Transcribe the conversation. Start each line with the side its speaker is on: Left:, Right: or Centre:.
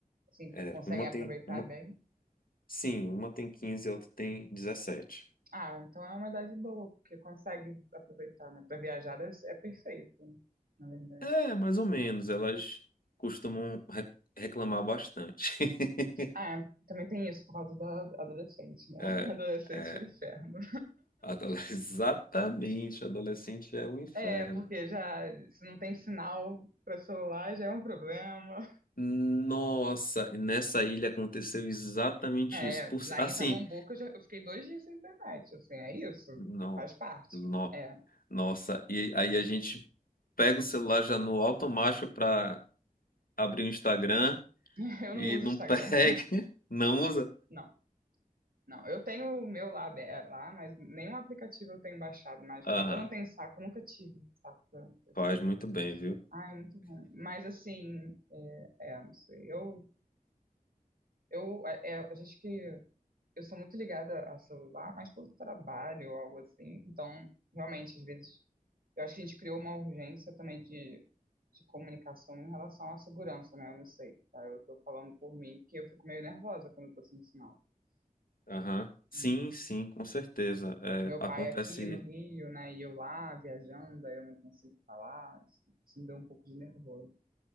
Right: Assim,
Left: é,
Right: conseguem
Left: uma
Right: aproveitar
Left: tem. Uma,
Right: bem?
Left: sim, uma tem 15 a outra tem 17.
Right: Ah, então é uma idade boa, porque consegue aproveitar, né? Pra viajar deve ser- é perfeito, na verdade.
Left: É, mais ou menos. Elas costumam re- reclamar bastante. <laughs>
Right: Ah, também tem isso por causa da adolescente, né?
Left: É,
Right: <laughs> Adolescente
Left: é.
Right: é um inferno.
Left: Adole- <laughs> Exatamente. Adolescente é o inferno.
Right: É, porque já se não tem sinal para celular já é um problema.
Left: Nossa, nessa ilha aconteceu exatamente
Right: É,
Left: isso. Por-
Right: lá
Left: assim,
Right: em Tamambuca eu, já- eu fiquei dois dias sem internet, assim, é isso.
Left: não,
Right: Faz parte.
Left: não,
Right: É,
Left: nossa. E aí a gente pega o celular já no automático para abrir o Instagram
Right: <laughs> eu
Left: e
Right: não uso
Left: não
Right: Instagram.
Left: pega,
Right: <laughs>
Left: <laughs> não usa.
Right: Não, não. Eu tenho o meu lá, aberto, lá, mas nenhum aplicativo eu tenho baixado mais. porque
Left: Aham,
Right: Eu não tenho saco, nunca tive saco. pra- pra isso.
Left: faz muito bem, viu?
Right: Ai, muito ruim. Mas assim, é, é, não sei. Eu, eu, é, é, a gente que eu sou muito ligada a celular, mas pelo trabalho ou algo assim. Então, realmente, às vezes Eu acho que a gente criou uma urgência também de, de comunicação em relação à segurança, né? Eu não sei, tá? Eu tô falando por mim, porque eu fico meio nervosa quando eu tô sem sinal.
Left: Aham. Sim,
Right: né?
Left: sim, com certeza. É,
Right: Meu
Left: acontece
Right: pai aqui no Rio, né? E eu lá viajando, aí eu não consigo falar. Isso, isso me deu um pouco de nervoso.